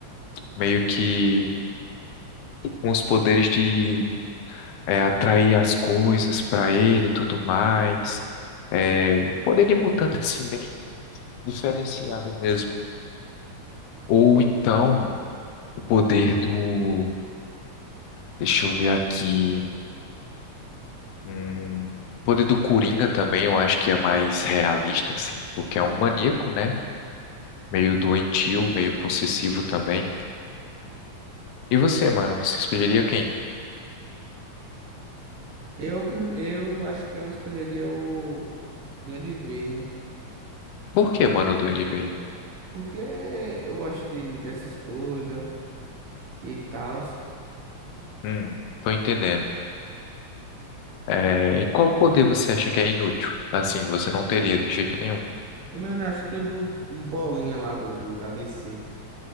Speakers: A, on the left; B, on the right.
A: Meio que com os poderes de é, atrair as coisas pra ele e tudo mais. É, o poder de mutante, assim, bem diferenciado mesmo. Ou então, o poder do. Deixa eu ver aqui. Hum, o poder do Coringa também, eu acho que é mais realista, assim, porque é um maníaco, né? Meio doentio, meio possessivo também. E você, mano, você escolheria quem?
B: Eu, pre- eu acho que eu escolheria o Duende Verde,
A: Por que, mano, o Duende Verde?
B: porque eu gosto de, dessas coisas e tal.
A: Hum, tô entendendo. É, e qual poder você acha que é inútil? Assim, você não teria de jeito nenhum.
B: Mano, acho que o do Bolinha lá do, do- da DC.